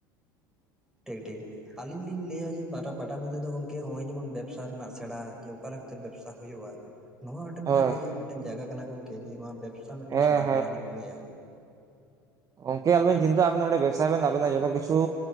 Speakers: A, in the centre; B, on the right (about 30°).
A: ᱴᱷᱤᱠ ᱴᱷᱤᱠ᱾ ᱟᱹᱞᱤᱧ ᱞᱤᱧ ᱞᱟᱹᱭᱟ ᱡᱮ ᱯᱟᱴᱟᱵᱤᱸᱫᱟᱹ ᱫᱚ ᱜᱚᱢᱠᱮ ᱦᱚᱸᱜᱼᱚᱭ ᱡᱮᱢᱚᱱ ᱵᱮᱵᱽᱥᱟ ᱨᱮᱱᱟᱜ ᱥᱮᱬᱟ ᱡᱮ ᱚᱠᱟ ᱞᱮᱠᱟᱛᱮ ᱵᱮᱵᱽᱥᱟ᱾ ᱦᱩᱭᱩᱜᱼᱟ ᱱᱚᱣᱟ ᱢᱤᱫᱴᱮᱱ
B: ᱦᱳᱭ
A: ᱵᱷᱟᱜᱤ ᱢᱤᱫᱴᱮᱱ ᱡᱟᱭᱜᱟ ᱠᱟᱱᱟ ᱜᱚᱝᱠᱮ ᱡᱮ ᱱᱚᱣᱟ ᱵᱮᱵᱽᱥᱟ ᱢᱤᱫᱴᱮᱱ
B: ᱦᱮᱸ
A: ᱥᱮᱬᱟ ᱨᱮᱱᱟᱜ ᱞᱤᱧ ᱢᱚᱱᱮᱭᱟ᱾
B: ᱜᱚᱢᱠᱮ ᱟᱞᱚᱵᱮᱱ ᱪᱤᱱᱛᱟᱹᱜᱼᱟ ᱟᱵᱮᱱ ᱚᱸᱰᱮ ᱵᱮᱵᱽᱥᱟᱭ ᱵᱮᱱ ᱟᱵᱮᱱᱟᱜ ᱡᱦᱚᱛᱚ ᱠᱤᱪᱷᱩ